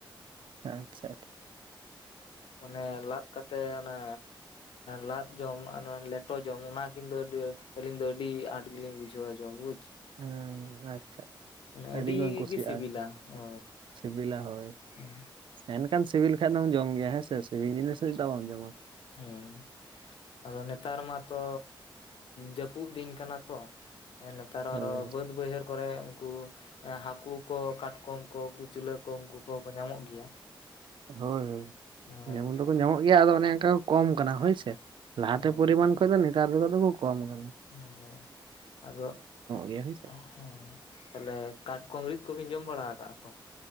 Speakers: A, on the right; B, on the left.
A: ᱟᱪᱷᱟ
B: ᱚᱱᱮ ᱞᱟᱫ ᱠᱟᱛᱮᱜ ᱚᱱᱟ ᱞᱟᱫ ᱡᱚᱢ ᱟᱨ ᱞᱮᱴᱚ ᱡᱚᱢ ᱚᱱᱟ ᱠᱤᱱ ᱫᱚ ᱟᱹᱞᱤᱧ ᱫᱚ ᱟᱹᱰᱤ ᱟᱸᱴ ᱜᱮᱞᱤᱧ ᱵᱩᱡᱷᱟᱹᱣᱟ ᱡᱚᱢ ᱵᱩᱡ
A: ᱦᱩᱸ ᱟᱪᱪᱷᱟ
B: ᱢᱟᱱᱮ ᱟᱹᱰᱤ
A: ᱜᱮᱵᱮᱱ ᱠᱩᱥᱤᱭᱟᱜᱼᱟ
B: ᱜᱮ ᱥᱤᱵᱤᱞᱟ ᱦᱳ
A: ᱥᱤᱵᱤᱞᱟ ᱦᱚ
B: ᱦᱮᱸ
A: ᱮᱱᱠᱷᱟᱱ ᱥᱤᱵᱤᱞ ᱞᱮᱠᱟᱱᱡ ᱫᱚᱢ ᱡᱚᱢ ᱜᱮᱭᱟ ᱦᱮᱸ ᱥᱮ ᱥᱤᱵᱤᱞ ᱡᱤᱱᱤᱥᱮᱫᱟᱜ ᱵᱟᱢ ᱡᱚᱢᱟ
B: ᱦᱮᱸ ᱟᱫᱚ ᱱᱮᱛᱟᱨ ᱢᱟᱛᱚ ᱡᱟᱹᱯᱩᱫ ᱫᱤᱱ ᱠᱟᱱᱟ ᱛᱚ ᱦᱮ ᱱᱮᱛᱟᱨ
A: ᱦᱳᱭ
B: ᱟᱨᱚ ᱵᱟᱹᱫ ᱵᱟᱹᱭᱦᱟᱹᱲ ᱠᱚᱨᱮ ᱩᱱᱠᱩ ᱦᱟᱹᱠᱩ ᱠᱚ ᱠᱟᱴᱠᱚᱢ ᱠᱚ ᱠᱩᱪᱞᱟᱹ ᱠᱚ ᱩᱱᱠᱩ ᱠᱚᱦᱚᱸ ᱠᱚ ᱧᱟᱢᱚᱜ ᱜᱮᱭᱟ
A: ᱦᱚᱭ ᱦᱚᱭ
B: ᱦᱳᱭ
A: ᱧᱟᱢᱚ ᱫᱚᱠᱚ ᱧᱟᱢᱚᱜ ᱜᱮᱭᱟ ᱟᱫᱚ ᱚᱱᱮ ᱚᱱᱠᱟ ᱠᱚ ᱠᱚᱢ ᱠᱟᱱᱟ ᱦᱚᱭ ᱥᱮᱼᱼ ᱞᱟᱦᱟ
B: ᱦᱳᱭ
A: ᱛᱮ ᱯᱚᱨᱤ ᱢᱟᱱ ᱠᱷᱚᱡ ᱫᱚ ᱱᱮᱛᱟᱨ ᱫᱚ ᱟᱫᱚ ᱠᱚ ᱠᱚᱢ ᱠᱟᱱᱟ ᱾
B: ᱦᱚᱸ ᱟᱫᱚ
A: ᱜᱮᱭᱟ ᱦᱳᱭ ᱥᱮ
B: <unintelligible> ᱼᱼ ᱦᱚᱭ, ᱛᱟᱦᱚᱞᱮ ᱠᱟᱴ ᱠᱚᱢ ᱨᱤᱫ ᱠᱚᱵᱤᱱ ᱡᱚᱢ ᱵᱟᱲᱟ ᱟᱠᱟᱫ-ᱟ ᱛᱚ?